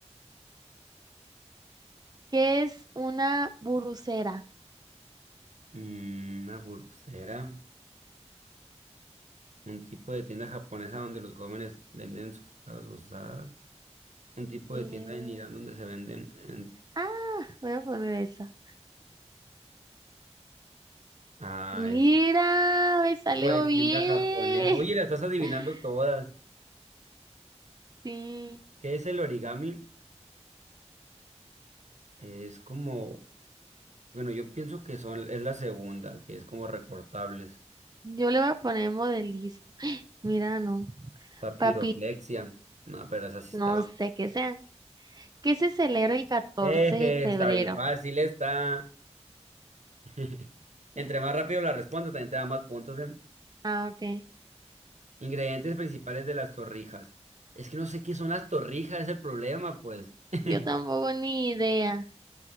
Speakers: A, on the right (about 35°); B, on the right (about 80°).
A: ¿Qué es una burucera?
B: Mm, Una pulsera. Un tipo de tienda japonesa donde los jóvenes venden sus cosas usadas. Un tipo
A: Eh,
B: de tienda en Irán donde se venden. en-
A: ah, voy a poner esa.
B: Ah,
A: Mira,
B: esa.
A: me salió
B: Tipo de tienda
A: bien.
B: japonesa. Oye, la estás adivinando
A: <laughs>
B: todas.
A: Sí,
B: ¿Qué es el origami? Es como. Bueno, yo pienso que son, es la segunda, que es como recortables.
A: yo le voy a poner modelismo. <gasps> Mira, no.
B: Papiroflexia.
A: Papi,
B: No, pero esa sí
A: no
B: estaba.
A: sé qué sea. ¿Qué se celebra el 14
B: Eje,
A: de febrero?
B: está bien fácil, está. <laughs> Entre
A: Sí.
B: más rápido la respondo, también te da más puntos. ¿eh?
A: Ah, ok.
B: Ingredientes principales de las torrijas. Es que no sé qué son las torrijas, es el problema, pues. <laughs>
A: Yo tampoco ni idea.